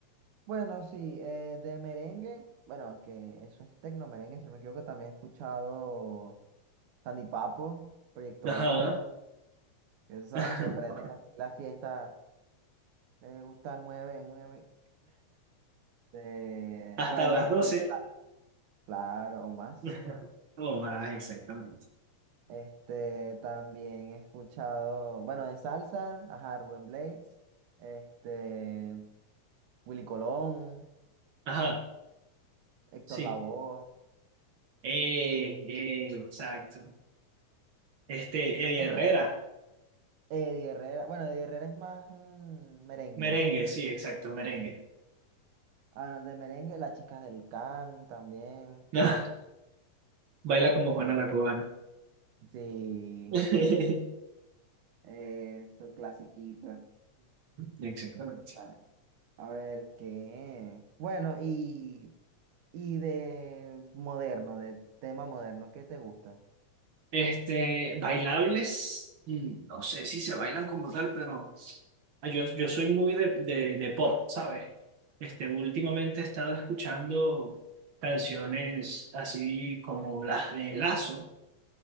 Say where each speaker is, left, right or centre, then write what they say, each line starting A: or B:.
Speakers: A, on the right; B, on the right.
A: Bueno, sí, eh, de merengue, bueno, que eso es tecno merengue, si no me equivoco, también he escuchado Sandy Papo, Proyecto
B: Ajá.
A: Uno esos son
B: <laughs>
A: los que prenden así la fiesta, les gusta el mueve, mueve. De,
B: Hasta
A: bueno,
B: las 12.
A: de- claro, o más.
B: <laughs> O más, exactamente.
A: Este, también he escuchado, bueno, de salsa, ajá, Rubén Blades, este, Willy Colón,
B: Ajá,
A: Héctor
B: sí.
A: Lavoe,
B: Eh, eh, exacto. Este, Eddie
A: más
B: Herrera.
A: que Eddie Herrera, bueno, Eddie Herrera es más mm, merengue.
B: Merengue, sí, exacto, merengue.
A: Ah, no, de merengue, Las Chicas del Can también.
B: <laughs> Baila como Juana
A: eh,
B: la cubana.
A: sí,
B: <laughs> Ujú,
A: eh, su clasiquita.
B: Exactamente.
A: Ah, A ver qué. Bueno, y, y de moderno, de tema moderno, ¿qué te gusta?
B: Este, bailables, mm, no sé si se bailan como tal, pero ah, yo, yo soy muy de, de, de pop, ¿sabes? Este, últimamente he estado escuchando canciones así como las de Lazo,